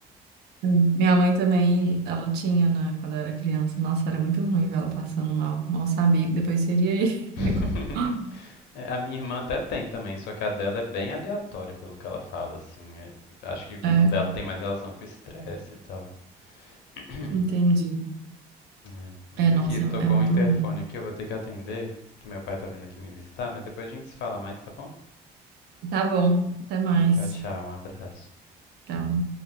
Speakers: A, on the right; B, on the left.
A: Hum. minha mãe também, ela tinha, né, quando eu era criança. Nossa, era muito ruim ver ela passando mal. Mal sabia que depois seria aí.
B: <laughs>
A: <laughs>
B: É, a minha irmã até tem também, só que a dela é bem aleatória pelo que ela fala, assim. É, acho que
A: É,
B: no dela tem mais relação com o estresse e tal. <clears throat>
A: entendi.
B: É, Mas
A: É, nossa,
B: aqui, tocou
A: é, é muito
B: o interfone
A: ruim.
B: aqui, eu vou ter que atender, que meu pai tá vindo aqui me visitar, mas depois a gente se fala mais, tá bom?
A: Tá bom, até mais.
B: Tchau, tchau, um abraço.
A: Tchau.